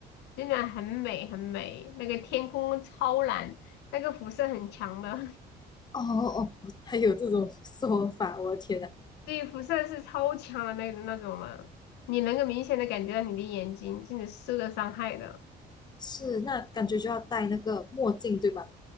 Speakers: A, on the left; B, on the left.
A: 真的很美很美，那个天空超蓝，那个辐射很强的，
B: 哦哦哦，还有这种说法，我的天呐，
A: <laughs> 对，辐射是超强的那那种的，你能够明显的感觉到你的眼睛真的是受到伤害的。
B: 是，那感觉就要戴那个墨镜对吧？